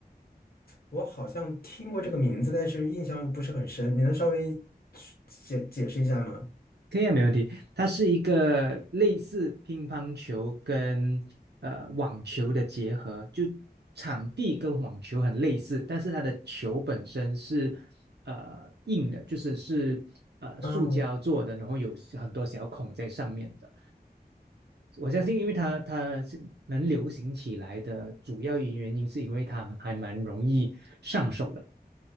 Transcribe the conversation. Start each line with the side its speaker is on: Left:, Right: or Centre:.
Left: 我好像听过这个名字，但是印象不是很深，你能稍微解解释一下吗？
Right: 可以啊，没问题。它是一个类似乒乓球跟呃网球的结合，就场地跟网球很类似，但是它的球本身是呃硬的，就是是呃塑胶做的，
Left: 哦
Right: 然后有很多小孔在上面的。我相信，因为它它是能流行起来的主要原因，是因为它还蛮容易上手的